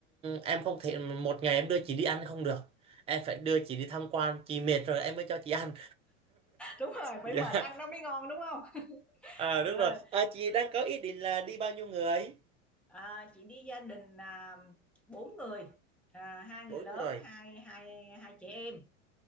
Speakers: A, on the right; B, in the centre.
A: em không thể một ngày em đưa chị đi ăn không được. Em phải đưa chị đi tham quan, chị mệt rồi em mới cho chị ăn.
B: Đúng rồi, phải
A: <laughs> Dạ.
B: mệt ăn nó mới ngon đúng không <laughs>
A: à
B: Rồi,
A: đúng rồi à, chị đang có ý định là đi bao nhiêu người
B: à, chị đi gia đình, à, 4 người, à, 2 người
A: bốn
B: lớn,
A: người
B: hai hai hai chị em.